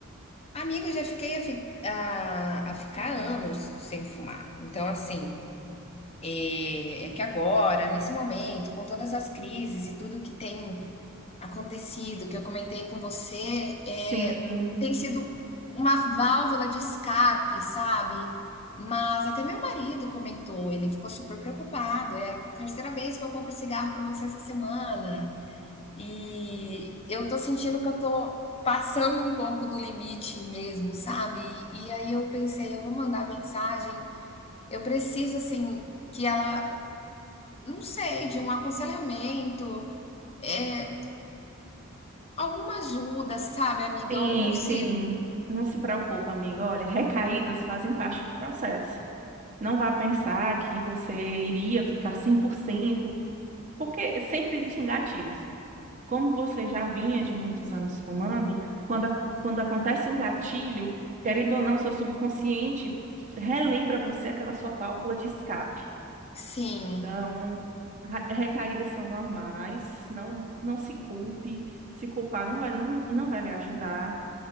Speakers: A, on the left; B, on the right.
A: Amiga, eu já fiquei a, fi- a- a ficar anos sem fumar. Então, assim, é, é que agora, nesse momento, com todas as crises e tudo que tem acontecido, que eu comentei com você, é,
B: Sim,
A: tem sido uma válvula de escape, sabe? Mas até meu marido comentou, ele ficou super preocupado. É a terceira vez que eu compro cigarro para você essa semana. E eu tô sentindo que eu tô passando um pouco do limite mesmo, sabe? E aí eu pensei, eu vou mandar mensagem, eu preciso assim que ela, não sei, de um aconselhamento, é alguma ajuda, sabe, amiga?
B: sim,
A: Ou
B: sim.
A: se
B: Não se preocupa, amiga. Olha, recaídas fazem parte do processo. Não vá pensar que você iria ficar 100%, porque sempre existem gatilhos. Como você já vinha de muitos anos fumando, quando, ac- quando acontece um gatilho, querendo ou não, seu subconsciente relembra você aquela sua válvula de escape.
A: sim,
B: Então, ra- recaídas são normais, não, não se culpe, se culpar não vai, não, não vai lhe ajudar.